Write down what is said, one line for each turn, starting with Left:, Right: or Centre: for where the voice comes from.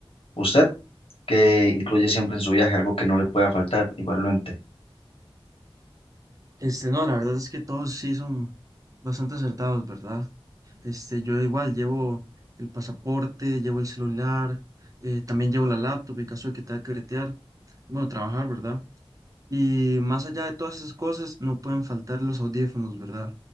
Left: ¿Usted? que incluye siempre en su viaje, algo que no le pueda faltar, igualmente.
Right: Este, no, la verdad es que todos sí son bastante acertados, ¿verdad? Este, yo igual llevo el pasaporte, llevo el celular, eh, también llevo la laptop en caso de que tenga que bretear, bueno, trabajar, ¿verdad? Y más allá de todas esas cosas, no pueden faltar los audífonos, ¿verdad?